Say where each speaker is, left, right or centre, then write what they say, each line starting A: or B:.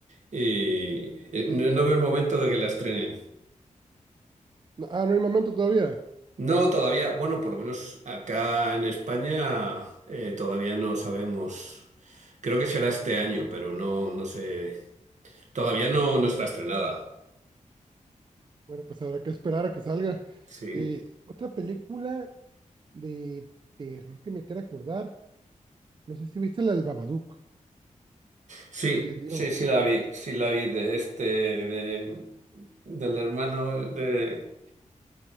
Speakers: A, on the right; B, on the right.
A: y- eh, no, no veo el momento de que la estrenen.
B: No- ah, no hay momento todavía.
A: No, todavía, bueno, por lo menos acá en España eh, todavía no sabemos. Creo que será este año, pero no, no sé. Todavía no, no está estrenada.
B: Bueno, pues habrá que esperar a que salga.
A: Sí.
B: Eh, otra película de terror que me quiera acordar, no sé si viste la del Babadook,
A: Sí,
B: eh, el libro.
A: sí, sí la vi, sí la vi de este, de- del hermano de...